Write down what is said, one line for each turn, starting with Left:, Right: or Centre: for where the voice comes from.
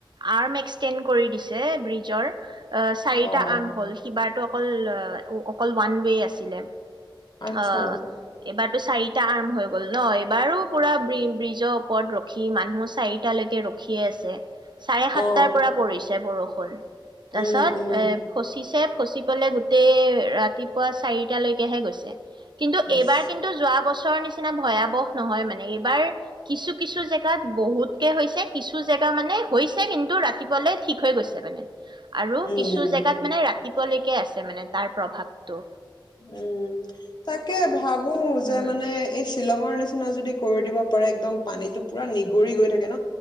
Right: আৰ্ম এক্সিডেণ্ট কৰি দিছে ব্ৰিজৰ। অ চাৰিটা
Left: অ
Right: আম হ'ল। সিবাৰটো অকল অকল ওৱান ৱে আছিলে
Left: আচ্ছা
Right: অ এইবাৰ চাৰিটা আৰ্ম হৈ গ'ল ন? এইবাৰো পুৰা ব্ৰিজ ব্ৰিজৰ ওপৰত ৰখি মানুহ চাৰিটালৈকে ৰখিয়ে আছে চাৰে
Left: অ
Right: সাতটাৰ পৰা পৰিছে বৰষুণ। কল তাৰ
Left: উম
Right: পিছত
Left: উম
Right: এ ফচিছে। ফচি পালে গোটেই ৰাতিপুৱা চাৰিটালৈকেহে গৈছে কিন্তু, এইবাৰ
Left: ইছ
Right: কিন্তু যোৱা বছৰৰ নিচিনা ভয়াৱহ নহয় মানে এই বাৰ কিছু-কিছু জেগাত বহুতকে হৈছে কিছু জেগা মানে হৈছে কিন্তু ৰাতিপুৱালে ঠিক হৈ গৈছে মানে আৰু
Left: উম
Right: কিছু জেগাত মানে ৰাতি লেকে আছে মানে তাৰ প্ৰভাৱতটো
Left: উম তাকে ভাবো যে
Right: উম,
Left: মানে শ্বিলঙৰ নিচিনা যদি কৰি দিব পাৰে একদম পানীটো পুৰা নিগৰি গৈ থাকে ন?